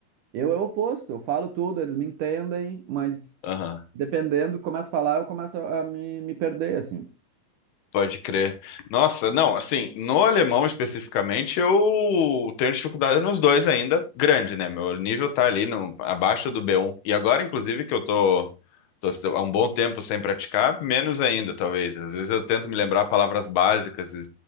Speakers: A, on the right; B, on the left.
A: Eu é o oposto, eu falo tudo, eles me entendem, mas
B: aham.
A: dependendo, começo a falar, eu começo a a me, me perder, assim.
B: Pode crer. Nossa, não, assim, no alemão especificamente, eu tenho dificuldade nos dois ainda, grande, né? Meu nível tá ali no, abaixo do B1. E agora, inclusive, que eu tô, tô há um bom tempo sem praticar, menos ainda, talvez. Às vezes eu tento me lembrar palavras básicas e